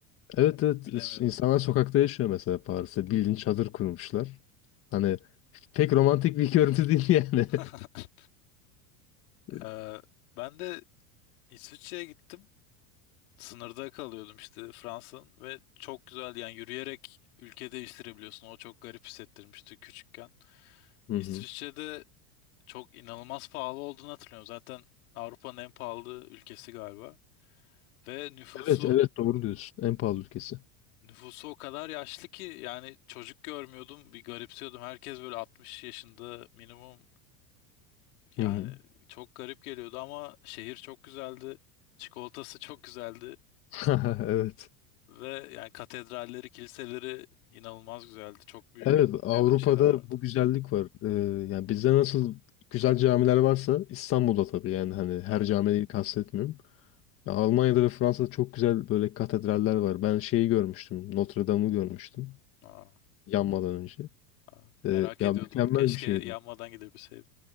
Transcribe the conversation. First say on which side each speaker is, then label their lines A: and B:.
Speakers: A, on the left (about 30°); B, on the left (about 75°).
A: Evet evet
B: bilemiyorum.
A: İs- insanlar sokakta yaşıyor mesela Paris'te. Bildiğin çadır kurmuşlar. Hani pek romantik bir <laughs> görüntü değil yani.
B: <laughs>
A: <laughs>
B: Ee, ben de İsviçre'ye gittim sınırda kalıyordum işte Fransa'nın ve çok güzel yani yürüyerek ülke değiştirebiliyorsun o çok garip hissettirmişti küçükken.
A: Hı
B: İsviçre'de
A: hı.
B: çok inanılmaz pahalı olduğunu hatırlıyorum zaten Avrupa'nın en pahalı ülkesi galiba ve nüfusu
A: Evet evet doğru diyorsun. En pahalı ülkesi.
B: Nüfusu o kadar yaşlı ki yani çocuk görmüyordum bir garipsiyordum. Herkes böyle 60 yaşında minimum Yani
A: Hı hı.
B: çok garip geliyordu ama şehir çok güzeldi. Çikolatası <laughs> çok güzeldi.
A: <laughs> Evet.
B: Ve yani katedralleri, kiliseleri inanılmaz güzeldi. Çok büyük
A: Evet Avrupa'da
B: şeyler, şeyler vardı.
A: bu güzellik var. Ee, yani bizde nasıl güzel camiler varsa İstanbul'da tabii yani hani her
B: Evet.
A: camiyi kastetmiyorum. Ya Almanya'da ve Fransa'da çok güzel böyle katedraller var. Ben şeyi görmüştüm. Notre Dame'ı görmüştüm
B: Aa,
A: yanmadan önce.
B: aa.
A: Ee,
B: merak
A: ya
B: ediyordum.
A: mükemmel
B: Keşke
A: bir şeydi.
B: yanmadan gidebilseydim.